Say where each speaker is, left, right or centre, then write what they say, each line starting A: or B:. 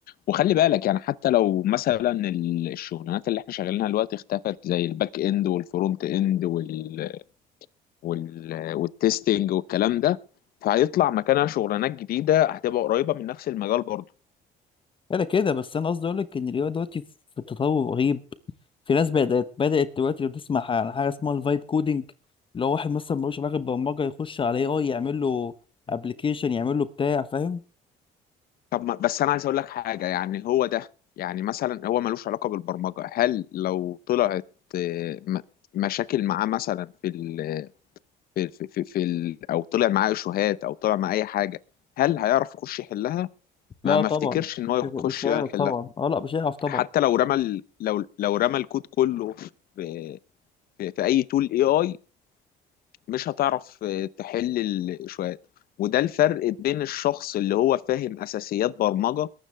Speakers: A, on the left; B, on the left.
A: وخلي بالك يعني حتى لو مثلا ال- الشغلانات اللي احنا شغالينها دلوقتي اختفت زي الباك اند والفرونت اند وال... وال... والتستنج والكلام ده فهيطلع مكانها شغلانات جديده هتبقى قريبه من نفس المجال برضه
B: انا كده بس انا قصدي اقول لك ان الاي اي دلوقتي في تطور رهيب في ناس بدات بدات دلوقتي لو تسمع عن حاجه اسمها الفايب كودنج اللي هو واحد مثلا ملوش علاقه بالبرمجه يخش على اي اي يعمل له ابلكيشن يعمل له بتاع فاهم
A: طب ما بس انا عايز اقول لك حاجه يعني هو ده يعني مثلا هو ملوش علاقه بالبرمجه هل لو طلعت آه، م- مشاكل معاه مثلا في ال في في في, في ال او طلع معاه شهات او طلع معاه اي حاجه هل هيعرف يخش يحلها
B: لا
A: ما ما
B: طبعا
A: افتكرش ان
B: مش
A: هو
B: هيعرف
A: يخش
B: مش هيعرف
A: يحلها
B: طبعا اه لا مش هيعرف طبعا
A: حتى لو رمى ال- لو لو رمى الكود كله في في, في اي تول اي اي مش هتعرف آه، تحل الشوية وده الفرق بين الشخص اللي هو فاهم اساسيات برمجه